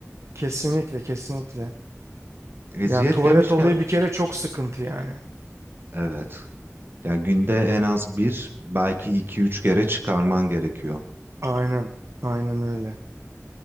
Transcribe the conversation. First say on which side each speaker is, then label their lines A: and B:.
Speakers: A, on the right (about 65°); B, on the right (about 45°).
A: Kesinlikle kesinlikle.
B: Eziyet
A: Yani tuvalet
B: demişken
A: olayı bir kere çok sıkıntı yani.
B: evet yani günde en az bir belki iki üç kere çıkarman gerekiyor.
A: Aynen. Aynen öyle.